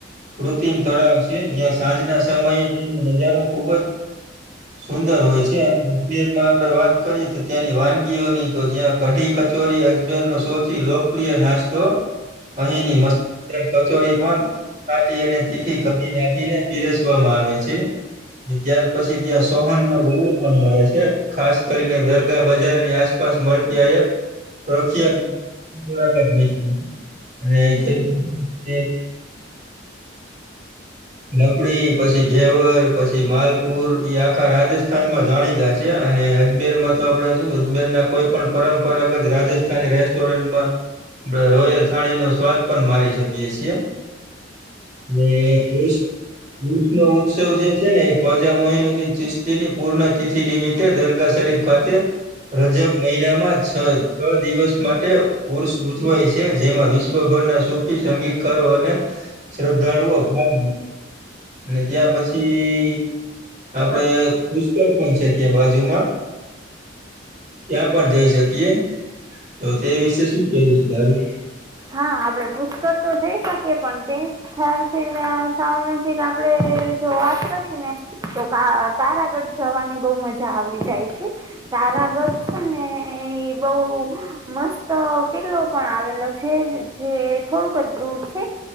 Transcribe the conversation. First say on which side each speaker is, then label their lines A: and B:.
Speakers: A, on the right; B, on the right.
A: કૃત્રિમ તળાવ છે જ્યાં સાંજના સમયે અહીનો નજારો ખૂબ જ સુંદર હોય છે અને અજમેરમાં આપણે વાત કરીએ તો ત્યાંની વાનગીઓની તો જ્યાં કઢી, કચોરી અજમેરનો સૌથી લોકપ્રિય નાસ્તો અહીંની મસ્ત કચોરી પણ ખાટી અને તીખી કઢી નાખીને પીરસવામાં આવે છે. ત્યાર પછી ત્યાં સોહન નો ઓળો પણ મળે છે ખાસ કરીને દરગાહ બજારની આસ પાસ મળતી આયત રખિયા બરા મીઠ અને જે <unintelligible> રબળી પછી ઘેવર પછી માલપુર ઈ આખા રાજસ્થાનમાં જાણીતા છે અને અજમેરમાં તો આપણેે શું અજમેરના કોઈ પણ પરંપરાગત રાજસ્થાની રેસ્ટોરન્ટમાં પ રોયલ થાણી નો સ્વાદ પન મારી શકીએ છીએ ને એવુ વીસ નો ઉત્સવ જે છે ને ખ્વાજા મોહિનુદ્દીન ચિસ્તીની પૂર્ણ તિથિ નિમિત્તે દરગા શરીફ ખતે રજબ મહિનામાં છ છ દિવસ માટે ઉર્ષ ઉજવાય છે જેમાં વિશ શ્વભરના સૂપી સંગીતકારો અને શ્રદ્ધાળુઓ ભાગ અને ત્યાં પછી આપડે પુષ્કળ પણ છે ત્યાં બાજુમાં ત્યાં પણ જઈ શકીએ તો તે વિશે શું કેવું છે તારે
B: હા આપડે પુષ્કળ તો જઈ શકીએ પણ તેમ ખારથી ને સાવ નજીક આપડે જો વાત કરી ને તો કા તારાગઢ જવાની બઉ મજા આવી જાય છે તારાગઢ છે ને એ બહ મસ્ત કિલ્લો પણ આવેલો છે ને જે થોડુંક જ દૂર છે